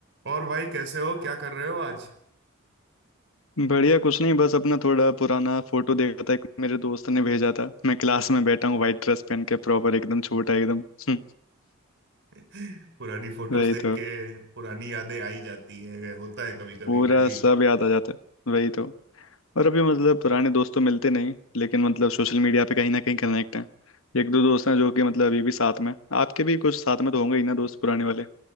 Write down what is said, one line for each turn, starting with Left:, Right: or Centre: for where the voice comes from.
Right: और भाई कैसे हो क्या कर रहे हो आज
Left: बढ़िया कुछ नहीं बस अपना थोड़ा पुराना फोटो देखा था एक मेरे दोस्त ने भेजा था मैं क्लास में बैठा हूँ व्हाइट ड्रेस पहन के प्रॉपर एकदम छोटा एकदम हम्म,
Right: <laughs> पुरानी फोटोज
Left: वही
Right: देख
Left: तो
Right: के पुरानी यादें आई जाती हैं होता है कभी कभी
Left: पूरा
Right: मैं भी
Left: सब याद आ जाता है वही तो और अभी मतलब पुराने दोस्त तो मिलते नहीं लेकिन मतलब सोशल मीडिया पे कहीं ना कहीं कनेक्ट हैं एक दो दोस्त हैं जो कि मतलब अभी भी साथ में आपके भी कुछ साथ में तो होंगे ही ना दोस्त पुराने वाले